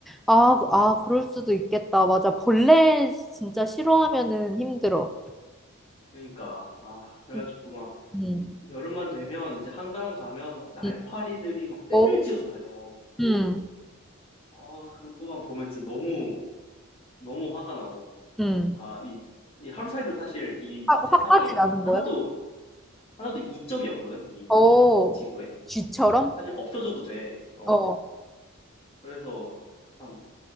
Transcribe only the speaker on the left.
그러니까 아 그래가지고
막
여름만 되면 이제 한강 가면 막 날파리들이
막 떼를
지어서 다녀.
아 그거만 보면 진짜 너무 너무 화가 나고
다 이 이 하루살이도 사실 이
세상에
하나도
하나도 이점이 없거든 이
지구에
사실 없어져도 돼. 어
그래서 참